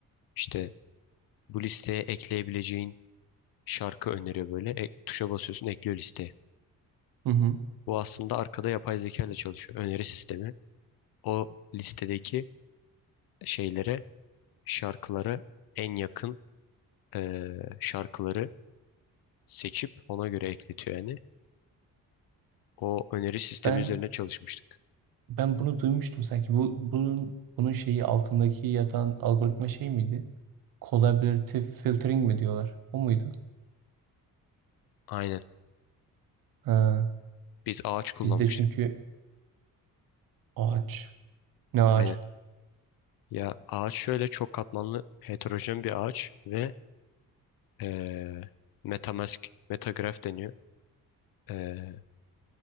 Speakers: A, on the left; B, on the right.
A: işte bu listeye ekleyebileceğin şarkı öneriyor böyle. E, tuşa basıyorsun ekliyor listeye.
B: Hı hı.
A: Bu aslında arkada yapay zeka ile çalışıyor. Öneri sistemi. O listedeki şeylere, şarkılara en yakın ee, şarkıları seçip ona göre ekletiyor yani. O öneri sistemi
B: Ben
A: üzerine çalışmıştık.
B: Ben bunu duymuştum sanki. Bu bunun bunun şeyi altındaki yatan algoritma şey miydi? Collaborative filtering mi diyorlar? O muydu?
A: Aynen.
B: Ha,
A: Biz ağaç kullanmıştık.
B: bizde çünkü ağaç. Ne ağacı?
A: Aynen. Ya ağaç şöyle çok katmanlı heterojen bir ağaç ve eee metamask, metagraf deniyor. Eee,